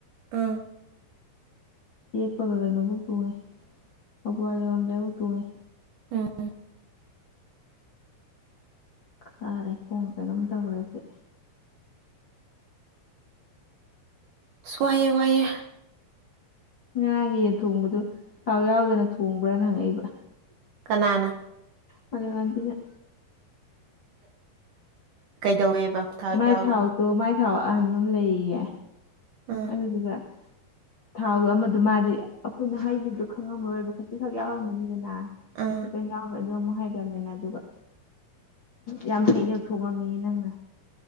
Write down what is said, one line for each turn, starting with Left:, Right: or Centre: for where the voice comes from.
Right: ꯑ
Left: ꯌꯦꯛꯄꯒ ꯀꯩꯅꯣꯐꯧ ꯇꯣꯡꯉꯦ ꯊꯧꯒ꯭ꯋꯥ ꯂꯩꯔꯝꯗꯥꯏꯐꯥꯎ ꯇꯣꯡꯉꯦ
Right: ꯎꯝ
Left: ꯀꯥꯔꯦ ꯈꯣꯡ ꯀꯩꯅꯣꯝ ꯇꯧꯔꯗꯤ
Right: ꯁꯋꯥꯏꯌꯦ ꯋꯥꯌꯦ
Left: ꯉꯔꯥꯡꯒꯤ ꯌꯦꯟ ꯊꯣꯡꯕꯗꯨ ꯊꯥꯎ ꯌꯥꯎꯗꯅ ꯊꯣꯡꯕ꯭ꯔꯥꯅ ꯍꯪꯉꯛꯏꯕ
Right: ꯀꯅꯥꯅ
Left: ꯃꯥꯂ‌ꯦꯝꯉꯥꯟꯕꯤꯅ
Right: ꯀꯩꯗꯧꯋꯦꯕ ꯊꯥꯎ
Left: ꯃꯥꯏ
Right: ꯌꯥꯎ
Left: ꯊꯥꯎꯗꯣ ꯃꯥꯏ ꯊꯥꯎ ꯑꯍꯟꯕ ꯑꯃ ꯂꯩꯌꯦ
Right: ꯑ
Left: ꯍꯖ ꯊꯥꯎꯗ ꯑꯃꯗ ꯃꯥꯗꯤ ꯑꯩꯈꯣꯏꯅ ꯍꯩꯈꯤꯕꯗꯣ ꯈꯪꯉꯝꯃꯔꯣꯏꯕ ꯈꯖꯤꯤꯈꯛ ꯌꯥꯎꯔꯝꯃꯅꯤꯗꯅ
Right: ꯑ
Left: ꯈꯤꯇꯪ ꯌꯥꯎꯕ ꯑꯗꯨ ꯑꯃꯨꯛ ꯍꯥꯏꯗꯃꯤꯅꯗꯩꯕ ꯌꯥꯝ ꯍꯩꯅ ꯊꯣꯡꯉꯝꯃꯤꯑ ꯅꯪꯅ